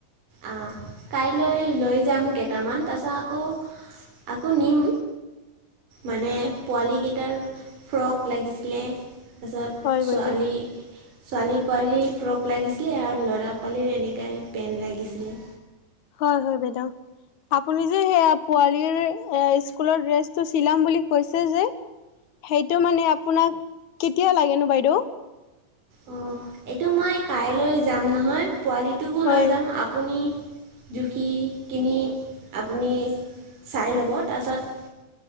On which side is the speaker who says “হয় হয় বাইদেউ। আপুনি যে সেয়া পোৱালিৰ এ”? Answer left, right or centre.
Left